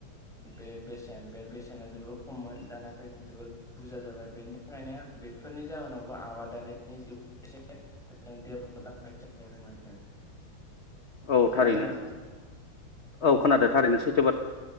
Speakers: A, in the centre; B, on the left.
A: बे बेसेन बे बेसेन जोबोर खममोन दा नाथाय जोबोर बुरजा जाबाय बेनि थाखायनो बेफोरनि जाहोनावबो आबादारिनि जिउ एसे डेभेलप जानायखौ नुनो मोनो।
B: औ
A: खोनादों
B: थारैनो
A: नोंथां
B: औ खोनादों। थारैनो सै